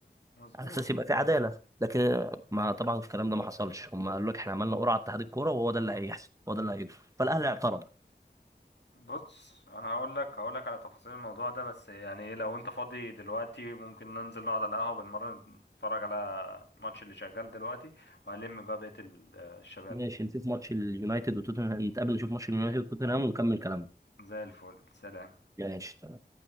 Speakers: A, on the left; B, on the right.
A: مظبوط
B: على اساس يبقى في عداله لكن ما طبعا الكلام ده ما حصلش هم قالوا لك احنا عملنا قرعه اتحاد الكوره وهو ده اللي هيحصل هو ده اللي هيجري فالاهلي اعترض
A: بص انا هقول لك هقول لك على تفاصيل الموضوع ده بس يعني ايه لو انت فاضي دلوقتي ممكن ننزل نقعد على القهوة بنمرن نتفرج على الماتش اللي شغال دلوقتي وهلم بقى بقية ال- الشباب
B: ماشي نشوف ماتش اليونايتد وتوتنهام نتقابل نشوف ماتش اليونايتد وتوتنهام ونكمل كلامنا
A: زي الفل سلام
B: ماشي تمام